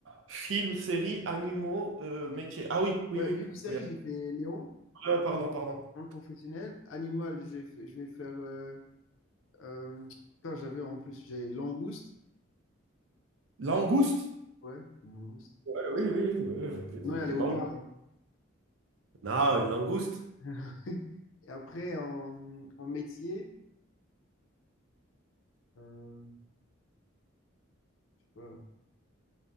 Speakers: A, on the right; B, on the left.
A: film, série, animaux, euh, métier. Ah oui, oui,
B: Ouais,
A: oui.
B: film, série,
A: oui.
B: j'ai fait Léon.
A: Euh, pardon, pardon.
B: En professionnel, animal, j'ai fait- je vais faire. Euh, euh, putain, j'avais en plus, j'ai langouste.
A: Langouste?
B: Ouais, une langouste.
A: Ouais, oui, oui, oui. ok.
B: Non, il y a léopard.
A: Lang-
B: hein.
A: Non, une langouste.
B: <laughs> Et après, en, en métier, euh, je sais pas.